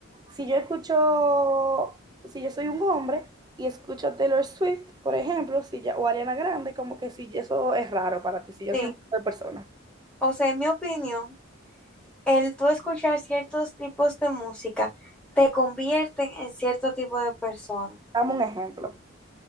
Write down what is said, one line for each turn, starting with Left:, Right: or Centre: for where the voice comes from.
Right: si yo escucho, si yo soy un hombre y escucho Taylor Swift, por ejemplo, si ya, o Ariana Grande, como que si eso es raro para ti, si yo
Centre: Sí.
Right: soy un tipo de persona.
Centre: O sea, en mi opinión, el tú escuchar ciertos tipos de música te convierten en cierto tipo de persona.
Right: Dame un ejemplo,